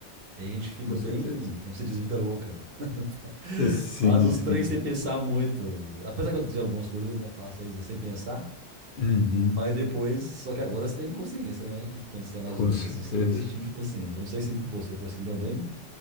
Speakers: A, on the right (about 60°); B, on the left (about 55°).
A: E a gente fica
B: com
A: bem,
B: certeza.
A: como se diz, vida louca. <laughs>
B: Sim,
A: Faz os
B: sim.
A: trens sem pensar muito. Apesar que eu dizer algumas coisas, eu ainda faço isso sem pensar.
B: Uhum,
A: Mas depois, só que agora você tem consciência, né? E quando você é mais
B: com
A: novo
B: certeza.
A: assim, você não tem esse tipo de consciência. Eu não sei se com você foi assim também.